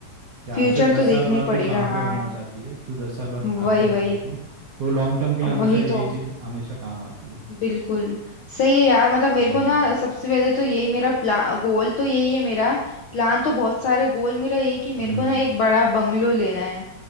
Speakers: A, on the right; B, on the left.
A: कि आज
B: फ्यूचर
A: से दस
B: तो देखना
A: साल बाद
B: ही पड़ेगा
A: तू कहाँ पे
B: हाँ
A: होना चाहती है तू दस साल बाद
B: वही
A: कहाँ पे रहना
B: वही
A: चाहती है तो लॉन्ग टर्म के लिए हमेशा
B: वही
A: ये
B: तो
A: चीज़ हमेशा काम आती है
B: बिल्कुल सही है यार मतलब मेरे
A: हम्म
B: को ना सबसे पहले तो यही मेरा प्लान गोल तो यही है मेरा प्लान तो बहुत सारे गोल मेरा यही कि
A: हम्म
B: मेरे को ना एक बड़ा बंगलो लेना है